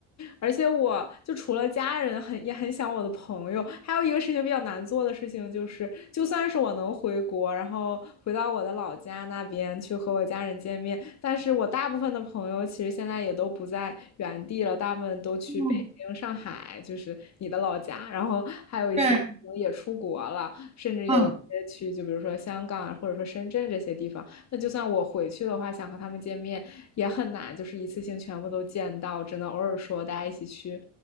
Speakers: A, on the left; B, on the right.
A: 而且我就除了家人很也很想我的朋友，还有一个事情比较难做的事情就是，就算是我能回国，然后回到我的老家那边去和我家人见面，但是我大部分的朋友其实现在也都不在原地了，大部分都去北京、
B: 嗯，
A: 上海，就是你的老家，然后还有一些也出国了，
B: 对，
A: 甚至有一些去就比如说香港啊或者说深圳这些地方。
B: 嗯
A: 那就算我回去的话，想和他们见面也很难，就是一次性全部都见到，只能偶尔说大家一起去，